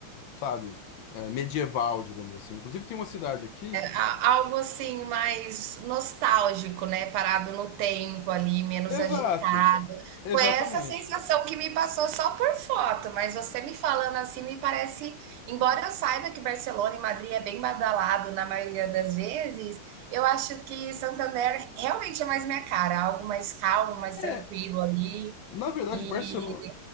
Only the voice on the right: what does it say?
A- Algo assim mais nostálgico, né? Parado no tempo ali, menos
agitado.
Foi essa sensação que me passou só por foto, mas você me falando assim me parece, embora eu saiba que Barcelona e Madrid é bem badalado na maioria das vezes, eu acho que Santander realmente é mais minha cara, algo mais calmo, mais
tranquilo ali.
E